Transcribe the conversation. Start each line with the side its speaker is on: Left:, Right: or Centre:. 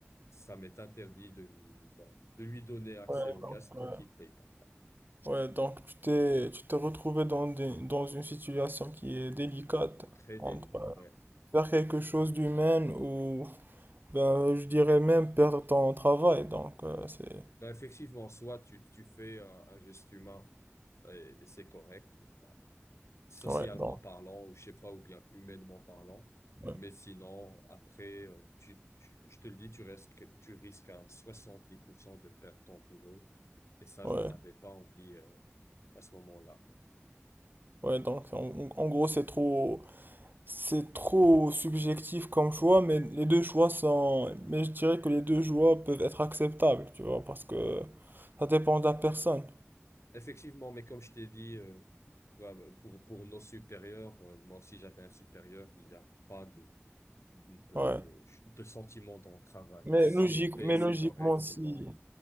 Left: ça m'est interdit de lui, bah, de lui donner accès
Right: Ouais,
Left: au
Right: donc,
Left: gaz tant
Right: euh,
Left: qu'il paye pas.
Right: ouais, donc tu t'es, tu t'es retrouvé dans, des- dans une situation qui est délicate
Left: Très délicate,
Right: entre euh,
Left: ouais.
Right: faire quelque chose d'humain ou, ben, je dirais même perdre ton travail. Donc, euh, c'est.
Left: Non, effectivement, soit tu, tu fais un, un geste humain et, et c'est correct, bah, socialement
Right: Ouais, donc,
Left: parlant, ou je sais pas, ou bien humainement parlant.
Right: ouais,
Left: Mais sinon, après, euh, tu, tu- je te le dis, tu risques, que- tu risques à 70% de perdre ton boulot. Et ça,
Right: ouais.
Left: j'en avais pas envie, euh, à ce moment-là, quoi.
Right: Ouais, donc en, en gros, c'est trop, c'est trop subjectif comme choix, mais les deux choix sont, mais je dirais que les deux choix peuvent être acceptables, tu vois, parce que ça dépend de la personne.
Left: Effectivement, mais comme je t'ai dit, euh, ouais, pour, pour nos supérieurs, euh, moi aussi j'avais un supérieur, il n'y a pas de de,
Right: Ouais.
Left: de, de sentiments dans le travail.
Right: Mais
Left: S'il
Right: logique,
Left: paye,
Right: mais
Left: c'est
Right: logiquement,
Left: correct, sinon,
Right: si,